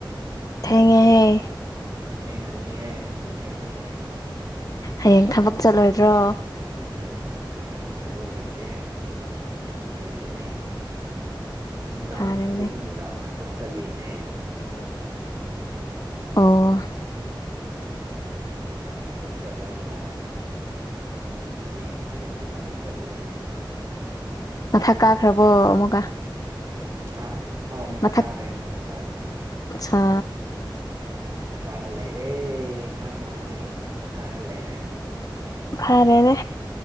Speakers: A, on the left; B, on the right.
A: ꯊꯦꯡꯉꯦꯍ
B: ꯊꯦꯡꯒꯅꯤꯌꯦ ꯊꯦꯡꯒꯅꯤ
A: ꯍꯌꯦꯡ ꯊꯕꯛ ꯆꯠꯂꯣꯏꯗ꯭ꯔꯣ
B: ꯎꯝ ꯍꯌꯦꯡꯗꯤ ꯊꯕꯛ ꯂꯩꯇꯦ ꯂꯩꯒꯅꯤ ꯅꯨꯡꯗꯥꯡ
A: ꯐꯔꯦꯅꯦ
B: ꯍꯧꯖꯤꯛ ꯅꯨꯡꯗꯥꯡ ꯊꯕꯛ ꯆꯠꯂꯤꯅꯦ
A: <unintelligible> ꯑꯣ
B: ꯅꯨꯡꯗꯥꯡ ꯊꯕꯛ ꯆꯠꯂꯒ ꯍꯌꯦꯡ ꯅꯨꯡꯊꯤꯟꯗꯤ ꯊꯕꯛ ꯆꯠꯂꯣꯏꯌꯦ
A: ꯃꯊꯛ ꯀꯥꯈ꯭ꯔꯕꯣ ꯑꯃꯨꯛꯀ
B: ꯍꯥꯥ ꯑꯣ ꯃꯊꯥꯛꯀꯥꯔꯦ
A: ꯃꯊꯛ
B: ꯃꯊꯥꯛꯀꯥꯔꯦ
A: ꯑꯠꯁꯥ
B: ꯃꯊꯛꯇ ꯀꯥꯔ ꯂꯩꯔꯦ ꯉꯔꯥꯡ ꯅꯍꯥꯟꯗꯒꯤ ꯃꯊꯛꯇ ꯀꯥꯔ ꯂꯩꯔꯦ
A: ꯐꯔꯦꯅꯦ